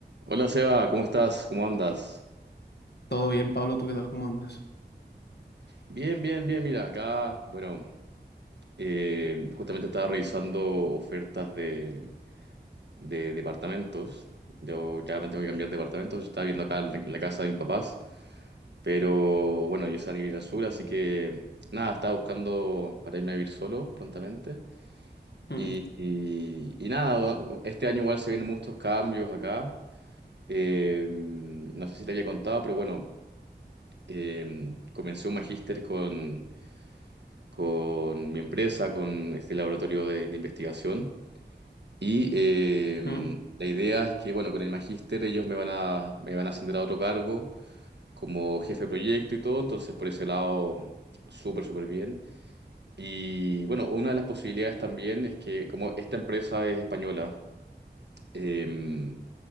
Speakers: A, on the right; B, on the left.
A: Hola Seba, ¿cómo estás? ¿Cómo andas?
B: Todo bien, Pablo, ¿tú qué tal? ¿Cómo andas?
A: Bien, bien, bien. Mira, acá, bueno, eh, justamente estaba revisando ofertas de, de departamentos. Yo ya me tengo que cambiar de departamento. Yo estaba viendo acá en la, en la casa de mis papás. Pero bueno, yo soy a vivir al sur, así que nada, estaba buscando para irme a vivir solo prontamente.
B: ¿Mm?
A: Y, y- y nada, este año igual se vienen muchos cambios acá. Eh, no sé si te había contado, pero bueno, eh, comencé un magíster con con mi empresa, con este laboratorio de, de investigación. Y eh,
B: ¿Mm? <laughs>
A: la idea es que, bueno, con el magíster ellos me van a, me van a ascender a otro cargo como jefe de proyecto y todo, entonces por ese lado, súper, súper bien. Y bueno, una de las posibilidades también es que, como esta empresa es española, eh,